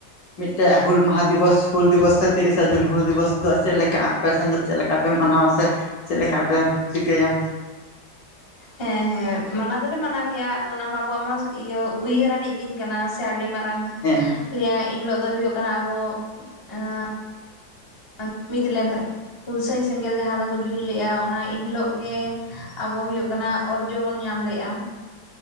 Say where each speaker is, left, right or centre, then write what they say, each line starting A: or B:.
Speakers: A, on the left; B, on the left.
A: ᱢᱤᱫᱴᱮᱱ ᱦᱩᱞ ᱢᱟᱦᱟ ᱫᱤᱵᱚᱥ ᱦᱩᱞ ᱫᱤᱵᱚᱥ ᱥᱮ ᱛᱤᱨᱤᱥᱟ ᱡᱩᱱ ᱦᱩᱞ ᱫᱤᱵᱚᱥ ᱫᱚ ᱪᱮᱫ ᱞᱮᱠᱟ? ᱟᱯᱮ ᱥᱮᱫ ᱫᱚ ᱪᱮᱫ ᱞᱮᱠᱟ ᱯᱮ ᱢᱟᱱᱟᱣᱟ ᱥᱮ ᱪᱮᱫ ᱞᱮᱠᱟ ᱯᱮ ᱪᱤᱠᱟᱹᱭᱟ?
B: ᱦᱮᱸ ᱦᱮᱸ ᱢᱟᱱᱟᱣ ᱫᱚᱞᱮ ᱢᱟᱱᱟᱣ ᱜᱮᱭᱟ ᱟᱫᱚ ᱚᱱᱟ ᱢᱟ ᱟᱵᱚᱣᱟᱜ ᱢᱟᱥ ᱤᱭᱟᱹ ᱩᱭᱦᱟᱹᱨᱱᱤᱡ ᱫᱤᱱ ᱠᱟᱱᱟ ᱥᱮ ᱟᱹᱰᱤ ᱢᱟᱨᱟᱝ
A: ᱦᱮᱸ
B: ᱞᱟᱹᱭᱟ ᱤᱱᱦᱤᱞᱳᱜ ᱫᱚ ᱦᱩᱭᱩᱜ ᱠᱟᱱᱟ ᱟᱵᱚ ᱮᱸᱜ <unintelligible> ᱢᱤᱫ ᱞᱮᱱ ᱛᱟᱦᱮᱸᱫ ᱦᱩᱞᱥᱟᱹᱭ ᱥᱮᱸᱜᱮᱞ ᱡᱟᱦᱟᱸ ᱫᱚᱠᱚ ᱡᱩᱞ ᱞᱮᱫᱜᱼᱟ ᱚᱱᱟ ᱮᱱ ᱦᱤᱞᱳᱜ ᱜᱮ ᱟᱵᱚ ᱦᱩᱭᱩᱜ ᱠᱟᱱᱟ ᱚᱨᱡᱚ ᱵᱚᱱ ᱧᱟᱢ ᱞᱮᱫᱼᱟ᱾